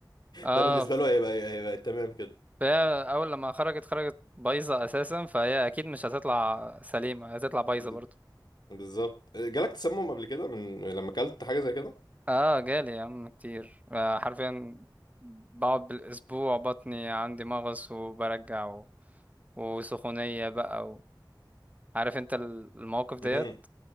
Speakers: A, on the right; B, on the left.
A: اه
B: ده بالنسبه له هيبقى هيبقى تمام كده
A: فهي اول لما خرجت خرجت بايظة اساسا فهي اكيد مش هتطلع سليمة هتطلع بايظة
B: ب-
A: برضه
B: بالظبط جالك تسمم قبل كده من لما اكلت حاجه زي
A: اه جالي يا عم كتير آه حرفيا بقعد بالاسبوع بطني عندي مغص وبرجع و... وسخونية بقى و... عارف انت المواقف
B: كده
A: ديت